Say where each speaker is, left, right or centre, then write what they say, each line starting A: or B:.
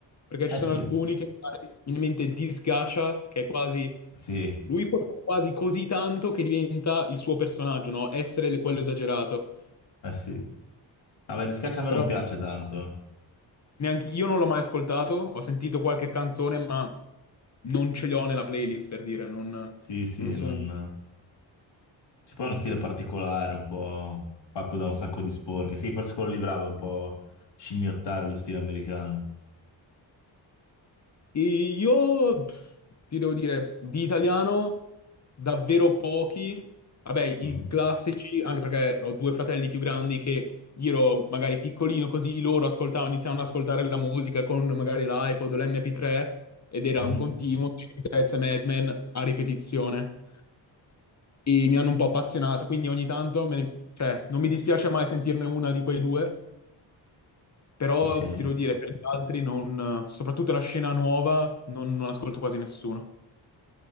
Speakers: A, on the left (about 35°); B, on the left (about 65°).
A: perché
B: Eh
A: ci sono
B: sì,
A: alcuni che magari, in mente disgaccia, che è quasi...
B: sì,
A: Lui fa quasi così tanto che diventa il suo personaggio, no? Essere le- quello esagerato.
B: eh sì. Vabbè, di Scaccia a me
A: Però
B: non piace tanto. eh.
A: neanche io non l'ho mai ascoltato, ho sentito qualche canzone, ma non ce l'ho nella playlist, per dire, non,
B: Sì, sì,
A: non sono...
B: non... C'è poi uno stile particolare, un po' fatto da un sacco di sporche. Sì, forse quello lì bravo, è un po' scimmiottare lo stile americano.
A: E io pff, ti devo dire, di italiano davvero pochi. Vabbè, i
B: Mhm,
A: classici, anche perché ho due fratelli più grandi che io ero magari piccolino, così loro ascoltavano, iniziavano ad ascoltare la musica con magari l'iPod o l'MP3 ed era
B: mhm.
A: un continuo Chili Pezzi e Mad Men a ripetizione. E mi hanno un po' appassionato, quindi ogni tanto me ne- cioè, non mi dispiace mai sentirne una di quei due. Però
B: Ok.
A: ti devo dire, per gli altri, non, soprattutto la scena nuova, non, non ascolto quasi nessuno.